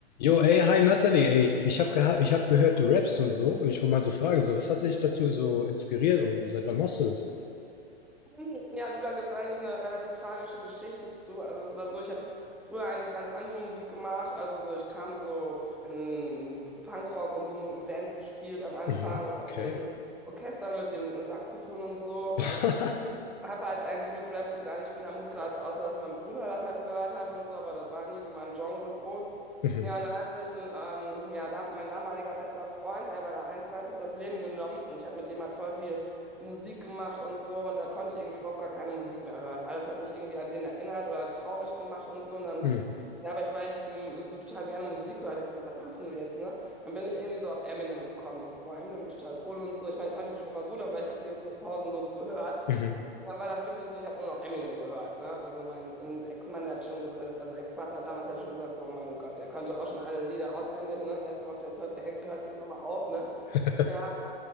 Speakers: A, on the left (about 45°); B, in the centre.
A: Jo, ey, hi Natalie, ey, ich habe geha ich hab gehört, du rappst und so. Ich wollte mal so fragen, so, was hat dich dazu so inspiriert und seit wann machst du das?
B: <laughs> Ja, du, da gibt es eigentlich eine relativ tragische Geschichte zu. Also es war so, ich habe früher eigentlich ganz andere Musik gemacht. Also so, ich kam so in Punkrock und so in Bands gespielt am Anfang
A: Mhm,
B: oder
A: okay.
B: in irgendwelchen Orchestern mit dem Saxophon und so.
A: <laughs>
B: Habe halt eigentlich mit Rap so gar nicht viel am Hut gehabt, außer dass mein Bruder das halt gehört hat und so, aber das war nie so mein Genre groß.
A: Mhm,
B: Ja, und dann hat sich ein, ähm, ja, dam mein damaliger bester Freund, der war da 21, das Leben genommen und ich habe mit dem halt voll viel Musik gemacht und so und da konnte ich irgendwie überhaupt gar keine Musik mehr hören. Alles hat mich irgendwie an den erinnert oder traurig gemacht und so und dann,
A: mhm,
B: ja, aber ich, war ich ähm, so total gerne Musik gehört, habe ich gesagt, was machst denn du jetzt, ne? Dann bin ich irgendwie so auf Eminem gekommen. Ich so, boah, Eminem total cool und so. Ich meine, ich fand ihn schon immer gut, aber ich habe den jetzt nicht pausenlos gehört.
A: mhm,
B: Und Dann war das wirklich so, ich habe nur noch Eminem gehört, ne? Also mein ein Ex-Mann, der hat schon gesagt, also Ex-Partner damals, der hat schon gesagt, so mein Gott, der konnte auch schon alle Lieder auswendig, ne? Der hat gehofft, das hört, hört irgendwann mal auf, ne?
A: <laughs>
B: Ja,